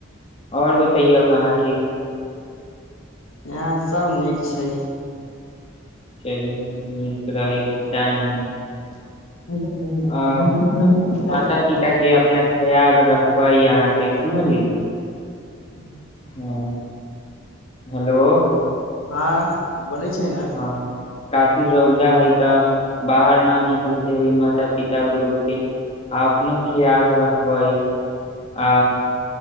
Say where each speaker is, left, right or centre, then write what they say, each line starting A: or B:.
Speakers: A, on the left; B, on the left.
A: आओर बतैयौ अहाँके
B: यहाँ सब नीक छै
A: चल नीक रहै कि चाही
B: <unintelligible>
A: आ माता पिता के अपना ख्याल रखबै अहाँके सुनली
B: हू
A: हँ हेलो
B: हँ बोलै छै ने
A: हँ काफी रौदा हई तऽ बाहर न निकल देबे माता पिता ओ लोग के आ अपनो ख्याल रखबै आ